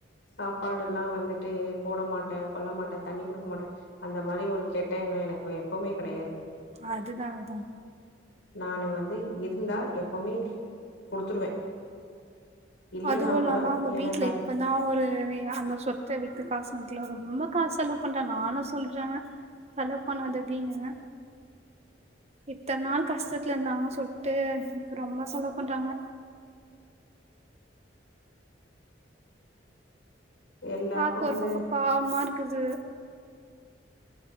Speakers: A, on the left; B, on the right.
A: சாப்பாடு எல்லாம் வந்துட்டு போட மாட்டே கொல்ல மாட்டே தண்ணி கொடுக்க மாட்டே அந்த மாதிரி ஒரு கெட்ட எண்ணம் எனக்கு எப்பவுமே கிடையாது
B: அதுதா அதா
A: நான் வந்து இருந்தா எப்பவுமே குடுத்துருவே இல்லன்னா
B: அதுவும் இல்லாம
A: கூட
B: அவங்க
A: எனக்காரு
B: வீட்ல இப்பத் தான் ஒரு அந்த சொத்தை வித்து காசு வட்டுல ரொம்ப காசு செலவு பண்றே நானு சொல்றே செலவு பண்ணததின்னு இத்தனை நாள் கஷ்டத்துல இருந்தாங்கன்னு சொல்லிட்டு ரொம்ப செலவு பண்றாங்க
A: எல்லாருக்கு
B: பாக்க
A: வந்து
B: ஒரு பக்கம் பாவமா இருக்குது